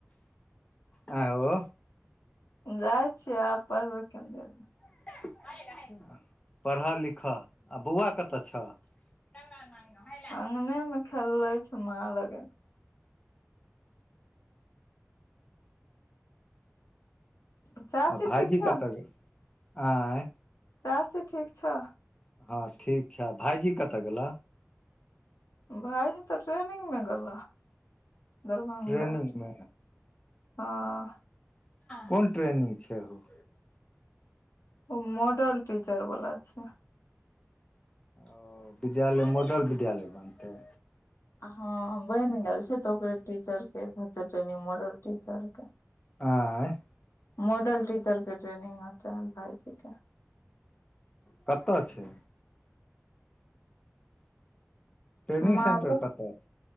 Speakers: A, on the left; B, on the left.
A: आँय हो
B: जाइ छियै आब पढ़बै कनि देरमे
A: <unintelligible> पढ़ऽ लिखऽ आ बौआ कतऽ छह <unintelligible>
B: अंँगने मे खेलै छै माँ लगन चाची
A: आ भाइजी
B: ठीक छौ
A: कतऽ गेल आँय
B: चाची ठीक छ
A: हँ ठीक छै आ भाइजी कतऽ गेल
B: भाइजी तऽ ट्रेनिंगमे गेल दरभंगा
A: ट्रेनिंग मे
B: हँ
A: कोन ट्रेनिंग छै हो
B: ओ मॉडल टीचर वाला छै
A: ओ विद्यालय मॉडल विद्यालय बनतै
B: हँ बनि गेल छै तऽ ओकरे टीचर के हेते ट्रेनिंग मॉडल टीचर के
A: आँय
B: मॉडल टीचर के ट्रेनिंग हेतै भाइजी के
A: कतऽ छै ट्रेनिंग
B: माधव
A: सेंटर कतऽ